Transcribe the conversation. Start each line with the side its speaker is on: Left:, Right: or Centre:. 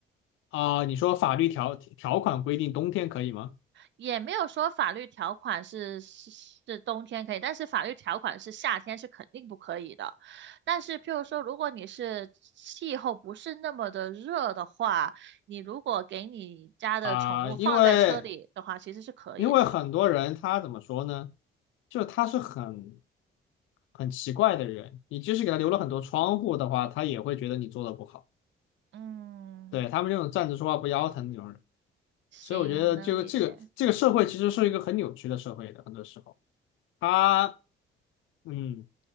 Left: 啊、你说法律条条款规定冬天可以吗？
Right: 也没有说法律条款是是是冬天可以，但是法律条款是夏天是肯定不可以的。但是，譬如说，如果你是气候不是那么的热的话，你如果给你家的宠物放在车里的话，
Left: 啊、因为。
Right: 其实是可以的。
Left: 因为很多人他怎么说呢？就他是很很奇怪的人，你即使给他留了很多窗户的话，他也会觉得你做的不好。
Right: 嗯，
Left: 对，他们这种站着说话不腰疼那种人，
Right: 行，
Left: 所以我觉得这个这个这个社会其实是一个很扭曲的社会的，
Right: 我能理解。
Left: 很多时候他嗯。